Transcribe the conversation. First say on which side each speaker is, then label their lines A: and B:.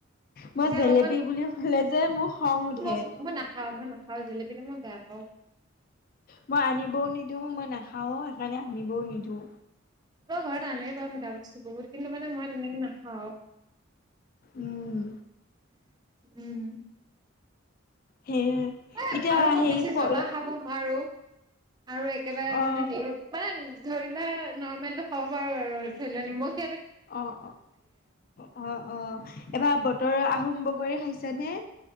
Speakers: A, on the left; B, on the right.
A: মই
B: এতিয়া
A: জেলেপি
B: অলপমান
A: বুলি ক'লে যে মোৰ খং উঠে
B: মই মই নাখাও মই নাখাও জপ। এইটো মই বেয়া পাওঁ।
A: মই আনিবও নিদিওঁ মই নাখাও সেইকাৰণে আনিবও নিদিওঁ।
B: ঘৰত আনে বাৰ মাবস্তু বহুত কিন্তু মানে মই তেনেকে নাখাওঁ।
A: উম
B: উম
A: সেই
B: এ
A: এতিয়া
B: আৰু মই
A: সেই
B: বেছি
A: ফল
B: জনা খাব নোৱাৰো। আৰু একেবাৰে
A: অ
B: মানে হেৰি মানে ধৰি লোৱা। নৰ্মেলটো খাব পাৰো আৰু ধৰিলা নিমখ-
A: অঁ অঁ অঁ অঁ এবাৰ বতৰৰ আহোম বগৰি খাইছেনে!